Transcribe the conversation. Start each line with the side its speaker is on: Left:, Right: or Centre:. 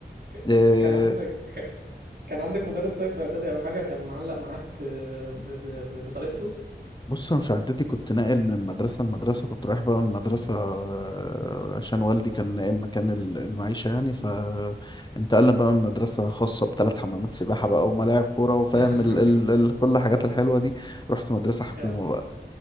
Right: ك-
Left: آه،
Right: كان عندك كان كان عندك مدرس طيب في اعدادي او حاجه كان معلق معاك آه، ب... ب... ب... بطريقته
Left: بص انا في اعدادي كنت ناقل من مدرسه لمدرسه كنت رايح بقى من مدرسه آه، عشان والدي كان ناقل مكان ال- المعيشه يعني فانتقلنا
Right: اه
Left: بقى من مدرسه خاصه بثلاث حمامات سباحه بقى وملاعب كوره وفاهم
Right: <laughs>
Left: ال ال ال كل الحاجات الحلوه دي رحت مدرسه حكومه
Right: اه
Left: بقى